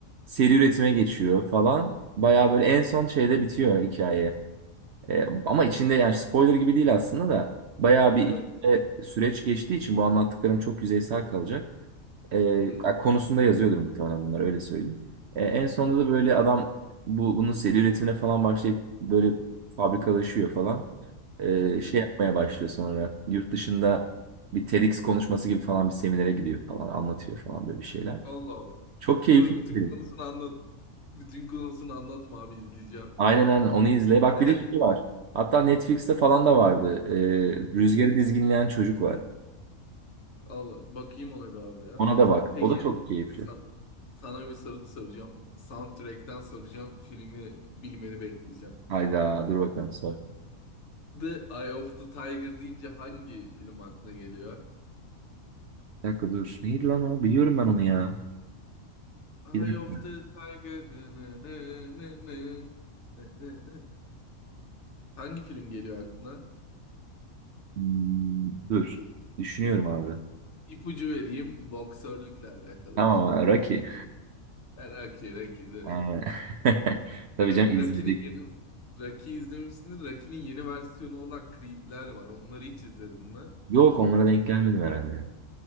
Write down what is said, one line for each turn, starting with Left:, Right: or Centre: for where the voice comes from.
Right: seri üretime geçiyor falan. Bayağı böyle en son şeyde bitiyor hikaye. E, ama içinde yani spoiler gibi değil aslında da. Bayağı bir
Left: Evet.
Right: içinde süreç geçtiği için bu anlattıklarım çok yüzeysel kalacak. E,
Left: Hı hı.
Right: konusunda yazıyordur muhtemelen bunlar öyle söyleyeyim. E, en sonunda da böyle adam bu bunun seri üretimine falan başlayıp böyle fabrikalaşıyor falan. Ee,
Left: Hı hı.
Right: şey yapmaya başlıyor sonra. Yurt dışında bir TEDx konuşması gibi falan bir seminere gidiyor falan anlatıyor falan böyle bir şeyler.
Left: Allah Allah.
Right: Çok keyifli
Left: Dur bütün
Right: bir film.
Left: konusunu anlat. Bütün konusunu anlatma abi izleyeceğim.
Right: Aynen aynen onu izle. Bak
Left: <laughs>
Right: bir de şey var. Hatta Netflix'te falan da vardı. Ee, Rüzgarı
Left: Hmm.
Right: Dizginleyen Çocuk var.
Left: Allah bakayım ona bir abi ya.
Right: Ona da bak.
Left: Peki
Right: O da çok keyifli.
Left: san- sana bir soru soracağım. Soundtrack'ten soracağım. Filmi bilmeni bekleyeceğim.
Right: Hayda dur bakalım sor.
Left: The Eye of the Tiger deyince hangi film aklına geliyor?
Right: Bir dakika dur. Neydi lan o? Biliyorum ben onu ya.
Left: Eye
Right: Bir dakika.
Left: of the Tiger. Ne, ne, ne, ne, ne, ne, ne, ne. Hangi film geliyor aklına?
Right: Hmm, dur. Düşünüyorum abi.
Left: İpucu vereyim. Boksörlükle alakalı
Right: Tamam
Left: bir şey.
Right: ha, Rocky.
Left: Rocky, Rocky, direkt.
Right: Aynen. <laughs> Tabii
Left: Ra-
Right: canım izledik.
Left: Rocky'nin yeni Rocky izlemişsindir. Rocky'nin yeni versiyonu olan Creed'ler var. Onları hiç izledin mi?
Right: Yok onlara denk gelmedim herhalde.